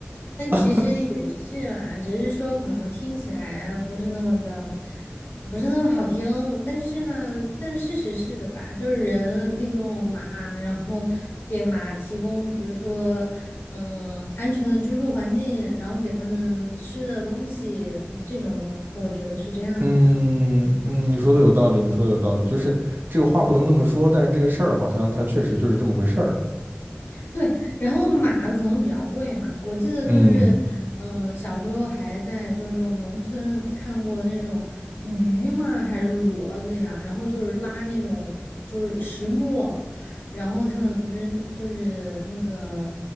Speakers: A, on the left; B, on the right.
A: 但其实也是啦，
B: <laughs>
A: 只是说可能听起来不是那么的，不是那么好听。但是呢，但事实是的吧，就是人利用马，然后给马提供，比如说，嗯、安全的居住环境，然后给他们吃的东西，这种东，我觉得是这样的吧。
B: 嗯嗯，你说的有道理，
A: 嗯
B: 你说的有道理，就是这个话不能那么说，但是这个事儿好像它确实就是这么回事儿。
A: 对，然后马可能比较贵嘛，我记得就是，
B: 嗯
A: 嗯，小时候还在就是那种农村看过那种驴嘛，还是骡子呀，然后就是拉那种就是石磨，然后他们不是就是那个